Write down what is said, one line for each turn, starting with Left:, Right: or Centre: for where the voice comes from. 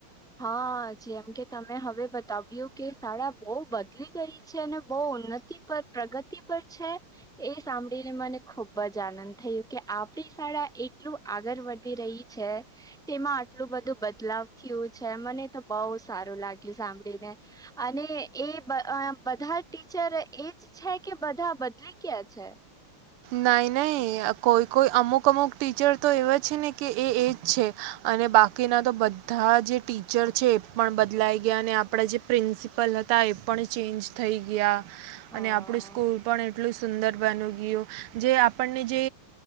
Centre: હા જેમ કે તમે હવે બતાવ્યું કે શાળા બહુ બદલી ગઈ છે. અને બહુ ઉન્નત. પર પ્રગતિ પર છે. એ સાંભળીને મને ખુબ જ આનંદ થયયો કે આપણી શાળા એટલું આગળ વધી રહી. તેમાં આટલું બધું બદલાવ થયું. છે મને તો બહ સારું લાગ્યું સાંભળીને અને એ બધા ટી ચર એજ છે કે બધા બદલી ગયા છે.
Right: નાઈ નહી કોઈ કોઈ અમુક અમુક ટીચર તો એવા છે ને કે એ એજ છે. અને બાકીના તો બધા જે ટીચર છે એ પણ બદલાઈ ગયા અને આપણે જે પ્રિન્સિપલ હતા. ના એપણ ચેન્જ થઈ ગયા.
Centre: હા
Right: અને આપણું સ્કૂલ પણ એટલું સુંદર બની ગયું. જે આપણને જે